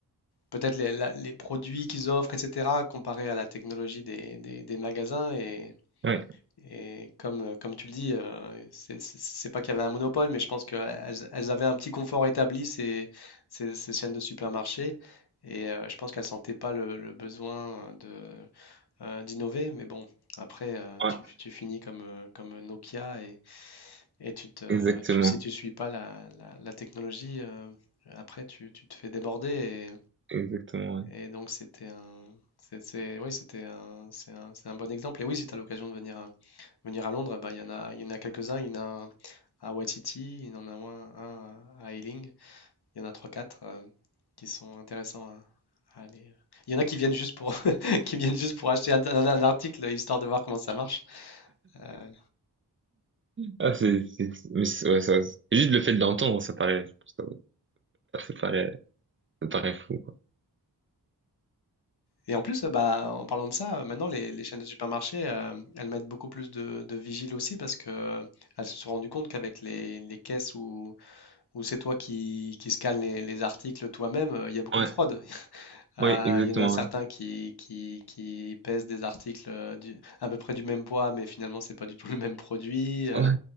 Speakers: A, on the left; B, on the right.
A: peut-être les, la- les produits qu'ils offrent, etc., comparé à la technologie des, des- des magasins. Et,
B: Ouais,
A: Et comme, euh, comme tu le dis, euh, c'est c'est- c'est pas qu'il y avait un monopole, mais je pense qu'elles elles avaient un petit confort établi, ces, ces, ces chaînes de supermarchés. Et euh, je pense qu'elles sentaient pas le, le besoin de, euh, d'innover. Mais bon, après, euh,
B: ouais,
A: tu, tu finis comme, euh, comme Nokia et, et tu te,
B: exactement,
A: tu, si tu suis pas la, la, la technologie, euh, après, tu, tu te fais déborder.
B: exactement. ouais.
A: Et donc c'était un, c'est, c'est- oui, c'était un, c'est un, c'est un bon exemple. Et oui, si tu as l'occasion de venir à, venir à Londres, bah, il y en a, il y en a quelques-uns. Il y en a un à Waititi, il y en a un, un à à Ealing. Il y en a 3-4 qui sont intéressants à, à aller. Il y en a qui viennent juste pour, <laughs> qui viennent juste pour acheter un, un- un article, histoire de voir comment ça marche. Euh,
B: Ah, c'est, c'est, mais c'est- ouais, ça, c'est- juste le fait de l'entendre, ça paraît, ça, ça paraît, ça paraît fou, quoi.
A: et en plus, euh, bah, en parlant de ça, euh, maintenant, les, les chaînes de supermarchés, euh, elles mettent beaucoup plus de, de vigiles aussi parce que euh, elles se sont rendues compte qu'avec les, les caisses où ou c'est toi qui, qui scannes les, les articles toi-même, euh, il y a beaucoup
B: Ouais.
A: de fraude. <laughs> Euh,
B: Oui, exactement.
A: il y en a certains qui, qui, qui pèsent des articles euh, du- à peu près du même poids, mais finalement, c'est pas du tout le même produit. euh,
B: Ouais.